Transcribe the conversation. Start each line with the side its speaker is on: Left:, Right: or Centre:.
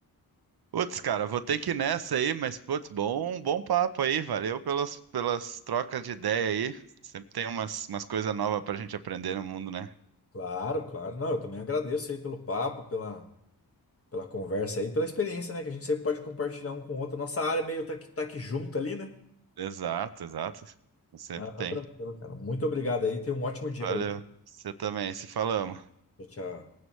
Right: Putz, cara, vou ter que ir nessa aí, mas putz, bom, bom papo aí. Valeu pelas, pelas trocas de ideia aí. Sempre tem umas, umas coisas novas pra gente aprender no mundo, né?
Left: Claro, claro. Não, eu também agradeço aí pelo papo, pela pela conversa aí, pela experiência, né? Que a gente sempre pode compartilhar um com o outro. Nossa área é meio tá que, tá que junto ali, né?
Right: Exato, exato. Sempre
Left: Ah, tá
Right: tem.
Left: tranquilo, cara. Muito obrigado aí. Tenha um ótimo dia
Right: Valeu,
Left: pra você.
Right: você também, se falamos.
Left: Tchau, tchau.